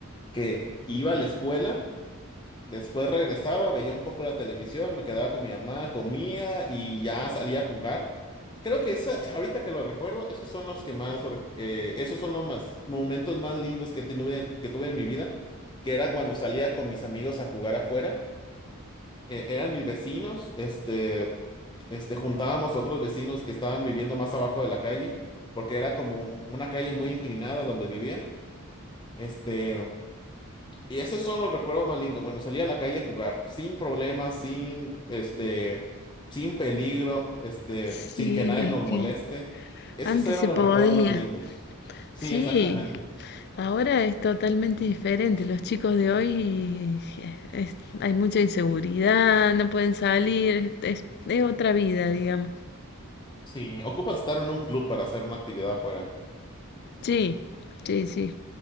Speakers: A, on the left; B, on the left.
A: que iba a la escuela, después regresaba, veía un poco la televisión, me quedaba con mi mamá, comía y ya salía a jugar. Creo que esa, ahorita que lo recuerdo, esos son los que más, re- eh, esos son los más momentos más lindos que tuve, que tuve en mi vida, que era cuando salía con mis amigos a jugar afuera. e- eran mis vecinos, este, este, juntábamos a otros vecinos que estaban viviendo más abajo de la calle, porque era como un- una calle muy inclinada donde vivía, este, y esos son los recuerdos más lindos. Bueno, salía a la calle a jugar, sin problemas, sin, este, sin peligro, este,
B: Sí,
A: sin que nadie
B: es
A: nos
B: que
A: moleste. Esos
B: antes
A: eran
B: se
A: los
B: podía.
A: recuerdos más lindos. Sí,
B: Sí,
A: exactamente.
B: ahora es totalmente diferente. Los chicos de hoy es- hay mucha inseguridad, no pueden salir, es, es otra vida, digamos.
A: Sí, ocupas estar en un club para hacer una actividad afuera.
B: Sí, sí, sí.